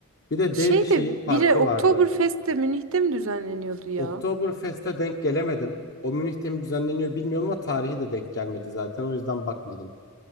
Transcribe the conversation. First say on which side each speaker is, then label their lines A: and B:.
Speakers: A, on the left (about 55°); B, on the right (about 65°).
A: Bir de
B: Şey
A: dev bir şehir
B: de
A: parkı
B: biri Oktoberfest
A: vardı.
B: de Münih'te mi düzenleniyordu ya?
A: Oktoberfest'e denk gelemedim. O Münih'te mi düzenleniyor bilmiyorum ama tarihi de denk gelmedi zaten. O yüzden bakmadım.